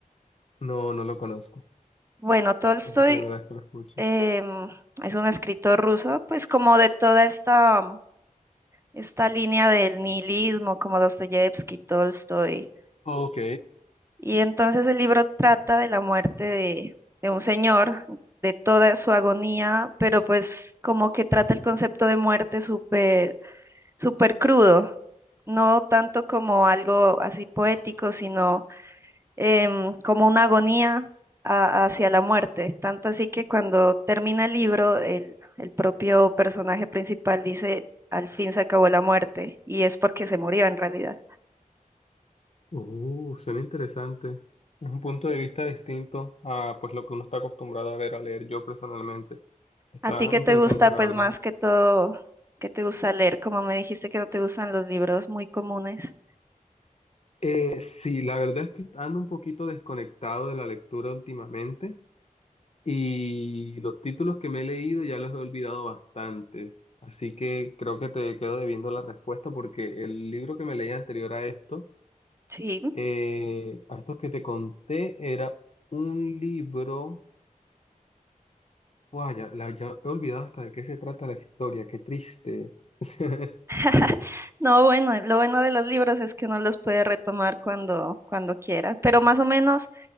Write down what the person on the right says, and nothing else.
Bueno, Tolstoy
em, es un escritor ruso, pues como de toda esta, esta línea del nihilismo, como Dostoyevsky, Tolstoy.
Y entonces el libro trata de la muerte de, de un señor, de toda su agonía, pero pues como que trata el concepto de muerte súper, súper crudo, no tanto como algo así poético, sino em, como una agonía a- hacia la muerte. Tanto así que cuando termina el libro, el, el propio personaje principal dice, al fin se acabó la muerte, y es porque se murió en realidad.
¿A ti qué
te gusta, pues
más que todo, qué te gusta leer? Como me dijiste que no te gustan los libros muy comunes.
Sí.
<laughs> No, bueno, lo bueno de los libros es que uno los puede retomar cuando, cuando quiera. Pero más o menos,